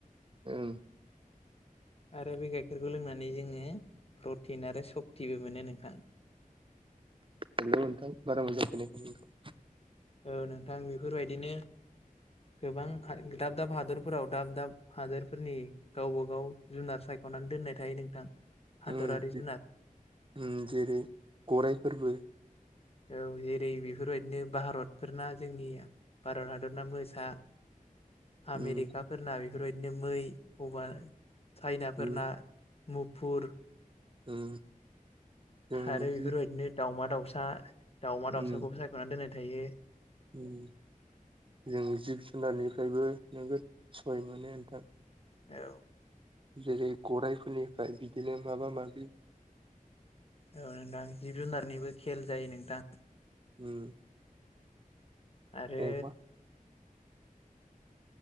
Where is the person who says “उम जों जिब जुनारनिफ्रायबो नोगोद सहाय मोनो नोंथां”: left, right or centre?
Right